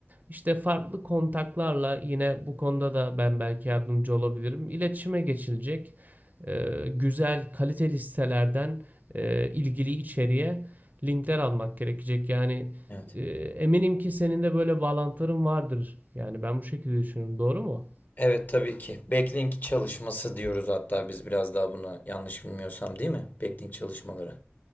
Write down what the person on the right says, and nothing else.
İşte farklı kontaklarla yine bu konuda da ben belki yardımcı olabilirim. İletişime geçilecek. Ee, güzel, kaliteli sitelerden e, ilgili içeriğe linkler almak gerekecek. Yani
e, eminim ki senin de böyle bağlantıların vardır. Yani ben bu şekilde düşünüyorum. Doğru mu?